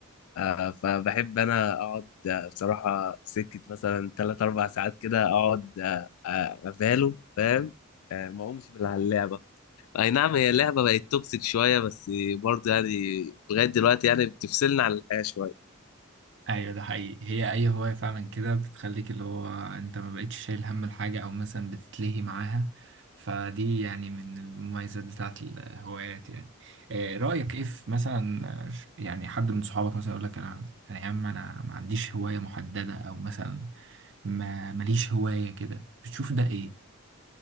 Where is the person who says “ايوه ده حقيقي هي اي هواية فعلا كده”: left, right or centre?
Right